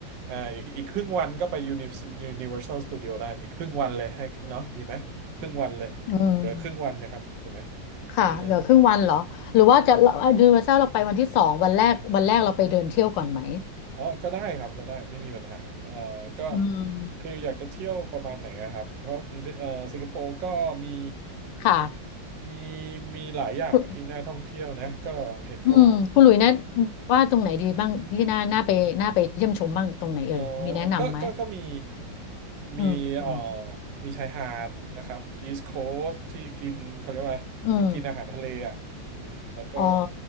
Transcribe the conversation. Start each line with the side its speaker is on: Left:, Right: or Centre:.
Right: เอ่ออีกอีกครึ่งวันก็ไป Uni- Universal Studio ได้อีกครึ่งวันเลยให้เนาะดีไหมครึ่งวันเลยเหลือครึ่งวันนะครับถูกไหม
Left: อืมค่ะเหลือครึ่งวันเหรอหรือว่าจะยูนิเวอร์แซลเราไปวันที่สองวันแรกวันแรกเราไปเดินเที่ยวก่อนไหม
Right: เออ อ๋อก็ได้ครับก็ได้ไม่มีปัญหาเอ่อก็
Left: อืม
Right: คืออยากจะเที่ยวประมาณไหนอะครับ เพราะกรุงเทพเอ่อสิงคโปร์ก็มี
Left: ค่ะ
Right: มี มีหลายอย่างที่น่าท่องเที่ยวนะ
Left: คุณ
Right: ก็เห็นเขา
Left: อืมคุณหลุยแนะว่าตรงไหนดีบ้างที่น่าน่าไปน่าไปเยี่ยมชมบ้างตรงไหนเอ่ยมีแนะนำไหม
Right: เออก็ก็ก็มีมีเอ่อ
Left: อืม
Right: มีชายหาดนะครับ East Coast ที่กินเขาเรียกว่าอะไรที่กินอาหารทะเลอ่ะอืมแล้วก็
Left: อืมอ๋อ